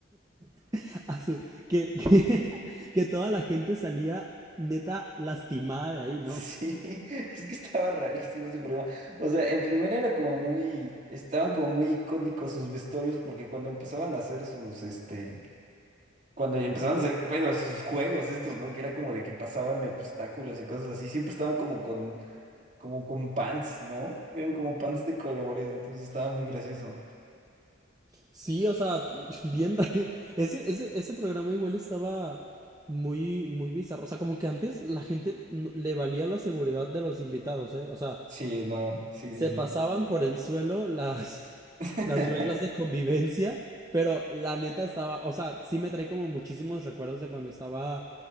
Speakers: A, on the right; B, on the right.
A: <laughs> A su, que, que, <laughs> que toda la gente salía neta lastimada de ahí, ¿no?
B: Sí, <laughs> es que estaba rarísimo ese programa. O sea, en primera era como muy, estaban como muy icónicos sus vestuarios porque cuando empezaban a hacer sus, este, cuando empezaban a hacer, bueno, sus juegos estos, ¿no? Que era como de que pasaban de obstáculos y cosas así, siempre estaban como con, como con pants, ¿no? Eran como pants de colores, entonces estaba muy gracioso.
A: Sí, o sea, <laughs> bien ra- Ese, ese, ese programa igual estaba muy, muy bizarro. O sea, como que antes la gente no- le valía la seguridad de los invitados, ¿eh? O sea,
B: Sí, no, sí,
A: se
B: sí, sí.
A: pasaban por el suelo las,
B: <laughs>
A: las reglas de convivencia, pero la neta estaba, o sea, sí me trae como muchísimos recuerdos de cuando estaba,